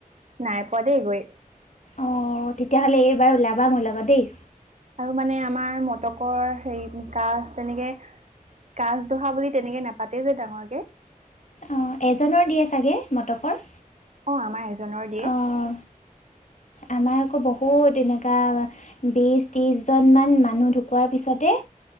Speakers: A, on the right; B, on the left.
A: নাই পোৱাদেই গৈ
B: অ তেতিয়াহ'লে এইবাৰ ওলাবা মোৰ লগত দেই
A: আৰু মানে আমাৰ মটকৰ হেৰি কাজ তেনেকে কাছ ধৰা বুলি তেনেকে নাপাতেই যে ডাঙৰকে
B: অ এজনৰ দিয়ে চাগে মটকৰ
A: অ আমাৰ এজনৰ দিয়ে
B: অঁ আমাৰ আকৌ বহুত এনেকুৱা বিছ ত্ৰিছজনমান মানুহ ঢুকোৱাৰ পিছতে